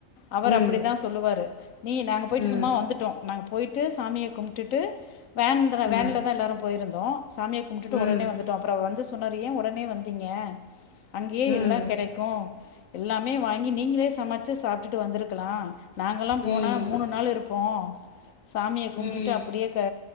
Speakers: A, on the left; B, on the left.
A: அவரு
B: ம்.
A: அப்பிடிதா சொல்லுவாரு நீ நாங்க போயிட்டு
B: ம்.
A: சும்மா வந்துட்டோ நாங்க போய் ட்டு சாமிய கும்ட்டுட்டு வேன்துல
B: ம்.
A: வேன்லதா எல்லாரு போயிருந்தோ சாமிய கும்டுட்டு
B: ம்.
A: ஒடனே வந்துட்டோ அப்றோ வந்து சொன்னாரு யேன் உடனே வந்தீங்க அங்கயே
B: ம்.
A: எல்லா கெடைக்கு எல்லாமே வாங்கி நீங்களே சம ச்சு சாப்டுட்டு வந்துருக்கலா நாங்கல்லா போனா
B: ம்.
A: மூணு நாள் இருப்போ சாமிய கும்ட்டுட்டு
B: ம்.
A: அப்பிடியே க